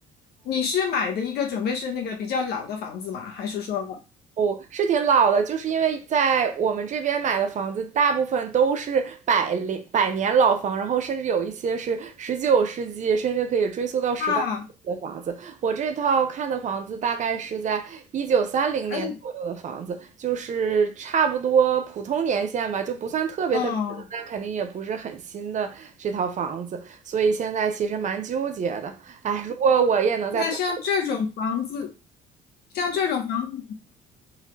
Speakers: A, on the left (about 70°); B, on the right (about 45°).
A: 你是买的一个准备是那个比较老的房子吗？还是说
B: 哦，是挺老的，就是因为在我们这边买的房子，大部分都是百年百年老房，然后甚至有一些是十九世纪，甚至可以追溯到十八世纪的房子。
A: 啊，
B: 我这套看的房子大概是在一九三零年左右的房子，
A: 嗯，
B: 就是差不多普通年限吧，就不算特别特别老，
A: 哦，
B: 但肯定也不是很新的这套房子，所以现在其实蛮纠结的。哎，如果我也能在等
A: 那像这种房子？像这种房子，